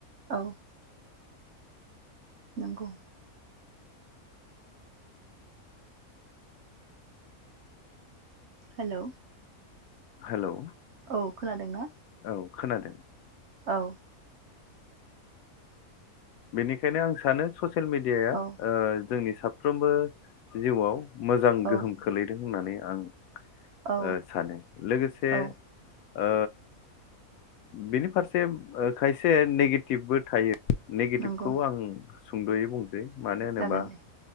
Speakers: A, on the right; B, on the left.
A: औ। नांगौ। हेलौ।
B: हेलौ।
A: औ खोनादों ना।
B: औ खोनादों
A: औ।
B: बेनिखायनो आं सानो ससे। ससेल मिडिया ओ।
A: औ
B: जोंनि साफ्रोमबो जिउआव। मोजां
A: औ
B: गोहोम खोलैदों होननानै। आं। ओ
A: औ
B: सानो लोगोसे।
A: औ
B: ओ बिनि फारसे ओ खायसे नेगेटिभबो थायो। नेगेटिभखौ
A: नंगौ
B: आं सुंद'यै बुं गै मानो होनोबा
A: जागोन दे